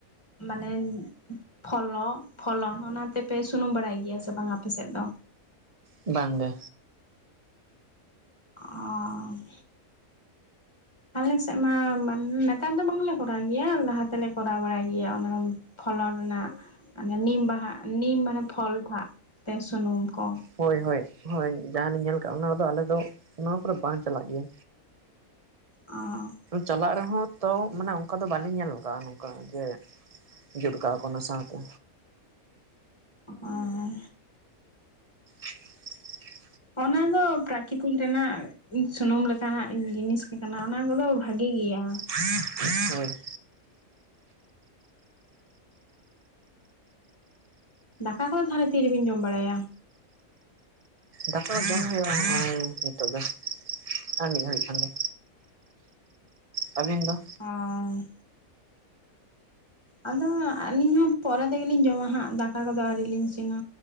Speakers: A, on the left; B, on the right.
A: ᱢᱟᱱᱮ ᱯᱷᱚᱞᱚ ᱯᱷᱚᱞᱚᱱ ᱚᱱᱟ ᱛᱮᱯᱮ ᱥᱩᱱᱩᱢ ᱵᱟᱲᱟᱭ ᱜᱮᱭᱟ ᱥᱮ ᱵᱟᱝ ᱟᱯᱮ ᱥᱮᱫ ᱫᱚ?
B: ᱵᱟᱝ ᱜᱮ,
A: ᱚᱸ ᱟᱞᱮ ᱥᱮᱜ ᱢᱟ ᱱᱮᱛᱟᱨ ᱫᱚ ᱵᱟᱝᱞᱮ ᱠᱚᱨᱟᱣ ᱜᱮᱭᱟ ᱞᱟᱦᱟ ᱛᱮᱞᱮ ᱠᱚᱨᱟᱣ ᱵᱟᱲᱟᱭ ᱜᱮᱭᱟ ᱚᱱᱟ᱾ ᱯᱷᱚᱞᱚᱱ ᱨᱮᱱᱟᱜ ᱚᱱᱮ ᱱᱤᱢ ᱵᱟᱦᱟ ᱱᱤᱢ ᱢᱟᱱᱮ ᱯᱷᱚᱞ ᱴᱷᱟᱜ ᱛᱮ ᱥᱩᱱᱩᱢ ᱠᱚ
B: ᱦᱳᱭ ᱦᱳᱭ ᱦᱳᱭ ᱡᱟᱦᱟᱸ ᱞᱤᱧ ᱧᱮᱞ ᱠᱟᱜ ᱚᱱᱟ ᱠᱚᱫᱚ ᱟᱞᱮ ᱫᱚ ᱱᱚᱣᱟ ᱠᱚᱨᱮ ᱵᱟᱝ ᱪᱟᱞᱟᱜ ᱜᱮᱭᱟ᱾
A: ᱚᱸ
B: ᱪᱟᱞᱟᱜ ᱨᱮᱦᱚᱸ ᱛᱚ ᱢᱟᱱᱮ ᱚᱝᱠᱟ ᱫᱚ ᱵᱟᱞᱤᱧ ᱧᱮᱞ ᱠᱟᱜᱼᱟ ᱱᱚᱝᱠᱟ ᱡᱮᱼᱼ ᱡᱩᱰ ᱠᱟ ᱚᱱᱟ ᱥᱟᱶ ᱛᱮ
A: ᱦᱚᱸ
B: <unintelligible>
A: ᱚᱱᱟ ᱫᱚ ᱯᱨᱟᱠᱤᱛᱤᱠ ᱨᱮᱱᱟᱜᱼᱼ ᱥᱩᱱᱩᱢ ᱞᱮᱠᱟᱱᱟᱜ ᱡᱤᱱᱤᱥ ᱠᱟᱱᱟ ᱚᱱᱟ ᱠᱚᱫᱚ ᱵᱷᱟᱹᱜᱤ ᱜᱮᱭᱟ᱾
B: <unintelligible> ᱦᱩᱸ
A: ᱫᱟᱠᱟ ᱠᱚᱫᱚ ᱛᱟᱦᱚᱞᱮ ᱛᱤ ᱨᱮᱵᱤᱱ ᱡᱚᱢ ᱵᱟᱲᱟᱭᱟ?
B: ᱫᱟᱠᱟ ᱡᱚᱢ ᱦᱩᱭᱩᱜᱼᱟ ᱱᱤᱛᱳ ᱜᱮ ᱟᱨ ᱢᱤᱫ ᱜᱷᱟᱣᱟᱹᱲᱤᱡ ᱠᱷᱟᱱ ᱜᱮᱭ ᱟᱹᱵᱤᱱ ᱫᱚ?
A: ᱚᱻ ᱟᱫᱚ ᱟᱹᱞᱤᱧ ᱦᱚᱸ ᱯᱚᱨᱮ ᱛᱮᱜᱮᱞᱤᱧ ᱡᱚᱢᱟ ᱦᱟᱸᱜ ᱫᱟᱠᱟ ᱠᱚᱫᱚ ᱟᱣ ᱞᱤᱧ ᱤᱥᱤᱱᱟ᱾